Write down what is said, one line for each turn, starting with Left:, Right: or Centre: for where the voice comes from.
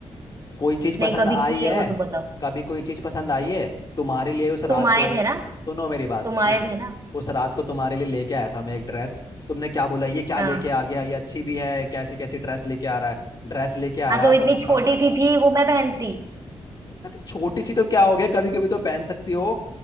Left: कोई चीज
Right: नहीं
Left: पसंद
Right: कभी
Left: आई
Right: किए
Left: है
Right: हो तो बताओ
Left: कभी कोई चीज पसंद आई है तुम्हारे लिए उस
Right: तुम
Left: रात
Right: आए
Left: को
Right: थे ना
Left: सुनो मेरी बात
Right: तुम आए
Left: उस
Right: थे ना
Left: उस रात को तुम्हारे लिए लेके आया था मैं एक ड्रेस तुमने क्या बोला ये क्या
Right: हाँ
Left: लेके आ गया ये अच्छी भी है कैसी कैसी ड्रेस लेके आ रहा है ड्रेस लेके आया
Right: हाँ तो इतनी
Left: थोड़ा सा
Right: छोटी सी थी वो मैं पहनती
Left: अरे छोटी सी तो क्या हो गया कभी कभी तो पहन सकती हो